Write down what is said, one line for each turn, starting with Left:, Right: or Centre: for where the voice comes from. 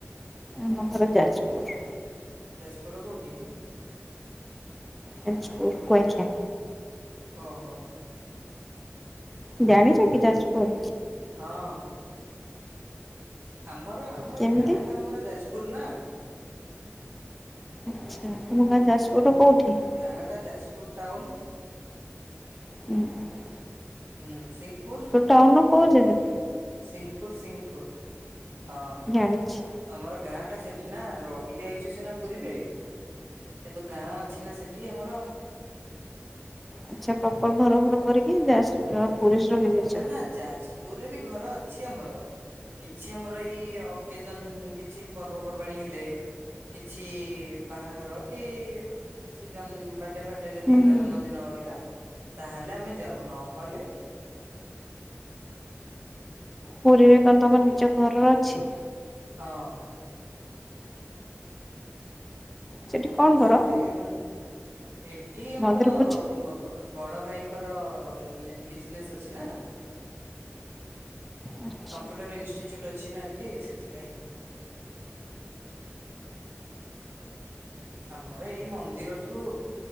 Centre: ଆମ ଘର ଯାଜପୁର।
Right: ଯାଜପୁର ର କୋଉଠି?
Centre: ଯାଜପୁର କୁଆଖିଆ।
Right: ଓହୋ।
Centre: ଜାଣିଛ କିି ଯାଜପୁର।
Right: ହଁ। ଆମର ଆମର
Centre: କେମିତି
Right: ଗାଁ ଟା ଆମର ଯାଜପୁର ନା।
Centre: ଆଚ୍ଛା, ତୁମା ଗାଁ ଯାଜପୁର ର କୋଉଠି?
Right: ଗାଁ ଟା ଯାଜପୁର ଟାଉନ।
Centre: ହୁ <inaudible>
Right: ହୁଁ ଶିଙ୍ଗିପୁର।
Centre: ଟାଉନ ର କୋଉ ଜାଗା?
Right: ସିଂପୁର ସିଂପୁର ହଁ।
Centre: ଜାଣିଛି।
Right: ଆମର ଗାଁ ଟା ସେଠି ନା ରହି ଯାଇଛୁ ସିନା ପୁରୀରେ। କିନ୍ତୁ ଗାଁ ଅଛି ନା ସେଠି ଆମର।
Centre: ଆଚ୍ଛା ପ୍ରପର ଘର ଫର କରିକି ଯ ପୁରୀରେ ରହିଯାଇଛ।
Right: ନା ନା ଯାଜପୁରରେ ବି ଘର ଅଛି ଆମର। କିଛି ଆମର ଏଇ ଅକେଜନ୍ କିଛି ପର୍ବପର୍ବାଣୀ ହେଲେ କିଛି ବାହାଘର କି କିଛି ଜନ୍ ବାଡେ <unintelligible> <unintelligible> ଯଦି
Centre: ହୁଁ
Right: ହେଲା
Centre: ହୁଁ
Right: ଜନ୍ମଦିନ ବଗେରା ତାହେଲେ ଆମେ ଯାଉ ନହେଲେ
Centre: ପୁରୀରେ କଣ ତମ ନିଜ ଘର ଅଛି?
Right: ହଁ।
Centre: ସେଠି କଣ କର
Right: ଆ ରହିଗଲେଣି ଏଠି
Centre: ମନ୍ଦିର
Right: ଆମର
Centre: ପୂଜା
Right: <unintelligible> ବଡ଼ ଭାଇଙ୍କର ଏଠି ବିଜନେସ୍ ଅଛି ନା
Centre: ଆଚ୍ଛା
Right: କମ୍ପ୍ୟୁଟର୍ ଇନଷ୍ଟିଚ୍ୟୁଟ୍ ଅଛି ନା ଏଠି ସେଥିପାଇଁ ଆମର ଏଇ ମନ୍ଦିରଠୁ